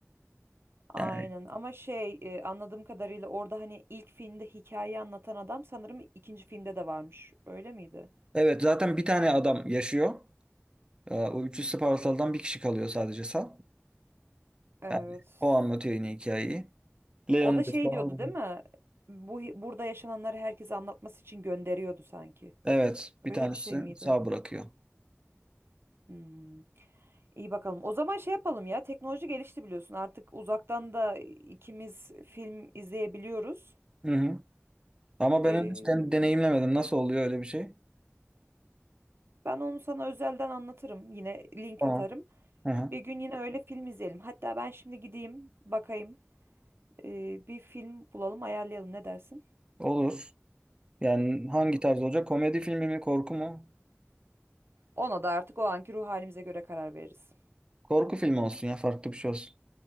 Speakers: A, on the right; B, on the right.
A: Aynen
B: Yani
A: ama şey e, anladığım kadarıyla orada hani ilk filmde hikayeyi anlatan adam sanırım ikinci filmde de varmış. Öyle miydi?
B: evet zaten bir tane adam yaşıyor. Ee, O 300 Spartalı'dan bir kişi kalıyor sadece sağ.
A: Evet.
B: Yani o anlatıyor yine hikayeyi. Leonidas
A: O da şey
B: falan.
A: diyordu değil mi? Bu hi- burada yaşananları herkese anlatması için gönderiyordu sanki.
B: Evet bir
A: Öyle
B: tanesi
A: bir şey miydi?
B: sağ bırakıyor.
A: Hmm. İyi bakalım. O zaman şey yapalım ya. Teknoloji gelişti biliyorsun. Artık uzaktan da ikimiz film izleyebiliyoruz.
B: Hı hı. Ama ben
A: Ee,
B: henüz den- deneyimlemedim. Nasıl oluyor öyle bir şey?
A: ben onu sana özelden anlatırım. Yine link
B: Tamam.
A: atarım.
B: Hı hı.
A: Bir gün yine öyle film izleyelim. Hatta ben şimdi gideyim, bakayım. Ee, bir film bulalım, ayarlayalım. Ne dersin?
B: Olur. Yani hangi
A: Tamam.
B: tarz olacak? Komedi filmi mi, korku mu?
A: Ona da artık o anki ruh halimize göre karar veririz.
B: Korku filmi olsun ya farklı bir şey olsun.